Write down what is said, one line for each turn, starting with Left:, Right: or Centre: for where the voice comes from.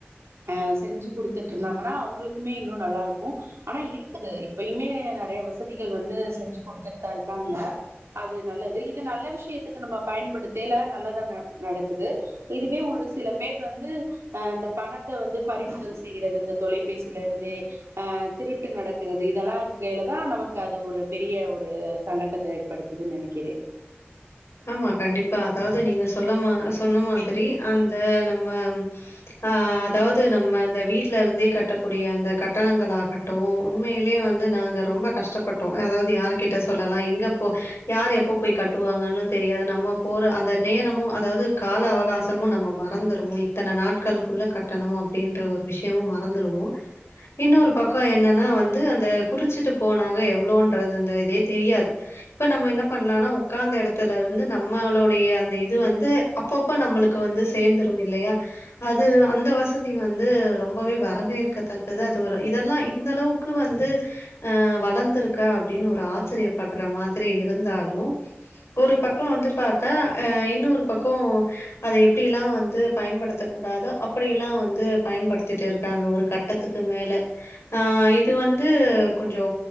Right: அ செஞ்சு குடுத்துட்டு இருந்தாங்கன்னா அவுங்களுக் குமே இன்னோ நல்லா இருக்கு ஆனா இருக்குது இப்பயுமே நெறைய வசதிகள் வந்து செஞ்சு குடுத்துட்டு தா இருக்காங்க அது நல்லது இது நல்ல விஷ்யத்துக்கு நம்ம பயன்படுத்தைல நல்லதா ந நடக்குது இதுவே ஒரு சில பேர் வந்து அ இந்த பணத்த வந்து பறிமுதல் செய்யிறது இந்த தொலைபேசி யில இருந்தே அ திருட்டு நடக்கிறது இதெல்லா இருக்கயில தா நமக்கு அது ஒரு பெரிய ஒரு சங்கட்டத்த ஏற் படுத்துது நெனைக்கிறே
Left: ஆமா கண்டிப்பா அதாவ்து நீங்க சொல்லமா சொன்ன மாதிரி அந்த நம்ம ஆ அதாவ்து நம்ம அந்த வீட் டுலருந்தே கட்டக்கூடிய அந்த கட்டணங்கள் ஆகட்டு உண்மையிலே வந்து நாங்க ரொம்ப கஷ்டப்பட் டோ அதாவ்து யாரு கிட்ட சொல்லலா எங்க போ யார் எப்ப போய் கட்டுவாங்கன்னு தெரியாது நம்ம போற அந்த நேரமு அதாவ்து கால அவகாசமு நம்ம மறந்துருவோ இத்தன நாட் கள் குள்ள கட்டணு அப்டின்ற ஒரு விஷ்யமு மறந்துருவோ இன்னொரு பக்ககோ என்னன்னா வந்து அந்த குறிச்சிட்டு போனாங்க எவ்வளோன்றது அந்த இதே தெரியாது இப்ப நம்ம என்ன பண்ணலாம்னா உக்காந்த எடத் த்துல இருந்து நம்மளுடைய அந்த இது வந்து அப்பப்ப நம்மளுக்கு வந்து சேந்துரு இல்லையா அது அந்த வசதி வந்து ரொம்பவே வரவேற்கத்தக்கது அது ஒரு இதெல்லா இந்த அளவு க்கு வந்து அ வளந்திருக்க அப்டின்னு ஒரு ஆச்சரியப்படுற மாதிரி இருந்தாலு ஒரு பக்கோ வந்து பாத்தா ஆ இன்னொரு பக்கோ அத எப்படியெல்லா வந்து பயன்படுத்தக் கூடாதோ அப்டியெல்லா வந்து பயன்படுத்திட்டு இருக்காங்க ஒரு கட் ட்டத்துக்கு மேல ஆ இது வந்து கொஞ்சோ